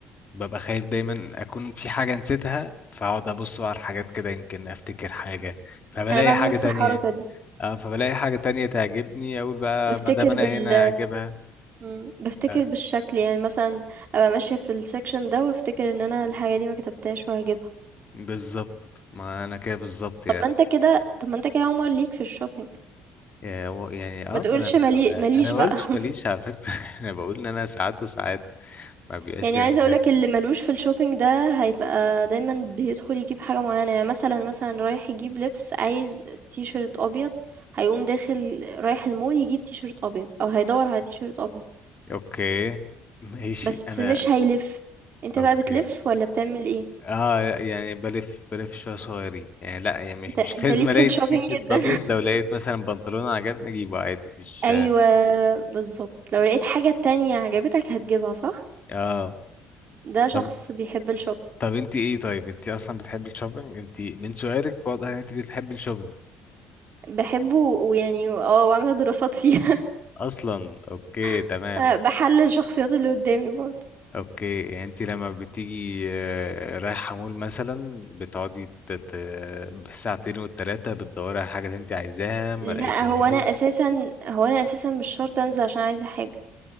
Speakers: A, on the left; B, on the right.
A: ببقى خايف دايما اكون في حاجة نسيتها فاقعد ابص بقى على الحاجات كده يمكن افتكر حاجة فبلاقي
B: انا بعمل
A: حاجة
B: نفس
A: تانية
B: الحركة دي
A: اه فبلاقي حاجة تانية تعجبني اقول بقى
B: بفتكر
A: ما دام انا
B: بال
A: هنا اجيبها
B: مم، بفتكر
A: آه.
B: بالشكل يعني مثلا ابقى ماشية في السكشن ده وافتكر ان انا الحاجة دي ما كتبتهاش وهجيبها
A: بالظبط ما انا كده بالظبط يعني
B: طب ما انت كده طب ما انت كده يا عمر ليك في الشوبينج
A: يا- هو- يعني اه
B: ما تقولش
A: ما انا
B: ملي... ماليش
A: انا ما
B: بقى
A: قلتش
B: <laughs>
A: ماليش على فكرة <laughs> انا بقول ان انا ساعات وساعات ما بيبقاش
B: يعني
A: ليا
B: عايزة
A: مزاج
B: اقولك اللي ملوش في الشوبينج ده هيبقى دايما بيدخل يجيب حاجة معينة يعني مثلا مثلا رايح يجيب لبس عايز تي شيرت ابيض هيقوم داخل رايح المول يجيب تي شيرت ابيض او هيدور على تي شيرت ابيض
A: اوكي ماشي
B: بس
A: انا
B: مش هيلف انت
A: اوكي
B: بقى بتلف ولا بتعمل ايه
A: اه لا، يعني بلف بلف شويه صغيرين يعني لا يعني مش
B: انت
A: مش
B: انت
A: <laughs> لازم
B: ليك
A: الاقي
B: في الشوبينج
A: تي شيرت
B: جدا
A: ابيض لو لقيت مثلا بنطلون عجبني اجيبه عادي
B: <laughs>
A: مش
B: ايوه بالظبط لو لقيت حاجة تانية عجبتك هتجيبها صح
A: اه
B: ده شخص
A: طب
B: بيحب الشوبينج
A: طب انت ايه طيب انت اصلا بتحبي الشوبينج انت من سؤالك واضح ان انت بتحبي الشوبينج
B: بحبه ويعني اه وعاملة دراسات فيها
A: اصلا اوكي تمام
B: <laughs> بحلل الشخصيات اللي قدامي برضه
A: اوكي يعني انت لما بتيجي آه، رايحه مول مثلا بتقعدي تت... بالساعتين والتلاته بتدوري على الحاجه اللي انت عايزاها ما
B: لأ،
A: لقيتيهاش
B: هو أنا أساسًا هو أنا أساسًا مش شرط أنزل عشان عايزة حاجة،